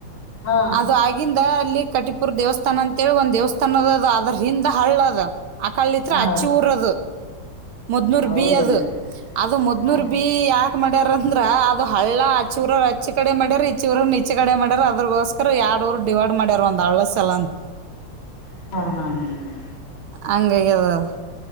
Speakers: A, on the left; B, on the right.
A: ಹಾ
B: ಅದು ಆಗಿಂದ. ಲ್ಲಿ ಕಟಿಪುರ್ ದೇವಸ್ಥಾನ ಅಂತೇಳಿ ಒಂದ ದೇವಸ್ಥಾನ ಅದ ಅದ್ರ ಹಿಂದ ಹಳ್ಳ ಅದ. ಆ ಕಡೆಲಿಂತ್ರ
A: ಹಾ
B: ಅಚ್ಚಿ ಊರದು. ಮುದ್ನೂರ್
A: ಹೌದಲ್ಲ
B: ಬಿ ಅದು ಅದು ಮುದ್ನೂರ್
A: ಹ
B: ಬಿ ಯಾಕ ಮಾಡ್ಯಾರ ಅಂದ್ರ ಅದು ಹಳ್ಳ ಆಚಿ ಊರವರ ಹಚ್ಚಿಕಡೆ ಮಾಡ್ಯಾರ ಇಚ್ಚಿ ಊರವರ ಇಚಿ ಕಡೆ ಮಾಡ್ಯಾರ ಅದ್ರಗೋಸ್ಕರ ಎರಡೂರು ಡಿವೈಡ್ - ಮಾಡ್ಯಾರ ಒಂದ ಹಳ್ಳ ಸಲ ಅಂತ
A: ಹ್ಮ ಹಾ ಹ್ಮ ಹ್ಮ
B: ಹಂಗ ಆಗೇದ ಅದ